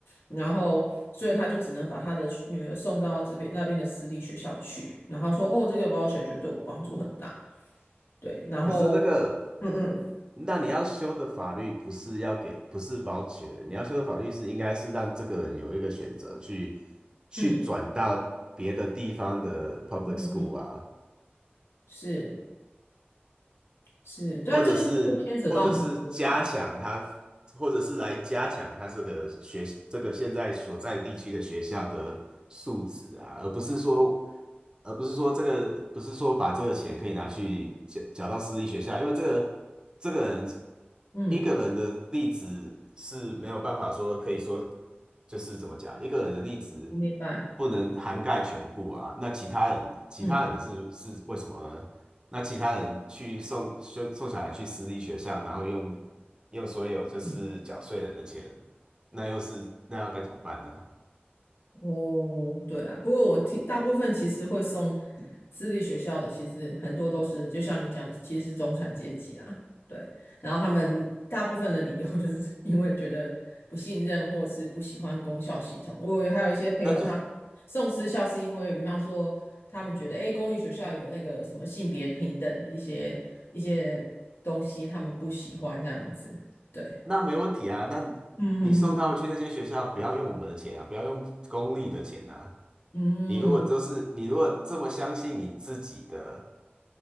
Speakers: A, on the left; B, on the right.
A: 然后所以他就只能把他的学女儿送到这边那边的私立学校去。然后他说，哦，这个 voucher 就对我帮助很大。对，然后
B: 可是那个，
A: 嗯
B: 那你要修的法律不是要给，不是 voucher，你要修的法律是应该是让这个人有一个选择去去转到别的地方的
A: 嗯
B: public
A: 嗯嗯嗯嗯，
B: school 啊，
A: 是是，但这个会牵扯到很多吧？
B: 或者是或者是加强他，或者是来加强他这个学这个现在所在地区的学校的素质啊，而不是说而不是说这个不是说把这个钱可以拿去缴缴到私立学校，因为这个这个人
A: 嗯，
B: 一个人的例子是没有办法说可以说就是怎么讲，一个人的例子
A: 我明白。
B: 不能涵盖全部啊，那其他人其他人的是是为什么呢？
A: 嗯。
B: 那其他人去送送送小孩去私立学校，然后用用所有就是缴税人的钱，
A: 嗯
B: 那又是那要该怎么办呢？
A: 哦，对啊，不过我听大部分其实会送私立学校的，其实很多都是就像你讲的，其实是中产阶级啦。对，然后他们大部分的理由 <laughs> 就是因为觉得不信任或是不喜欢公校系统。我有还有一些朋友他送私校是因为，
B: 那就
A: 比方说他们觉得，诶，公立学校有那个什么性别平等的一些一些东西，他们不喜欢这样子。对，
B: 那没问题啊，那你送他们去那些学校，
A: 嗯嗯
B: 不要用我们的钱啊，不要用公立的钱啊。
A: 嗯嗯，
B: 你如果就是你如果这么相信你自己的，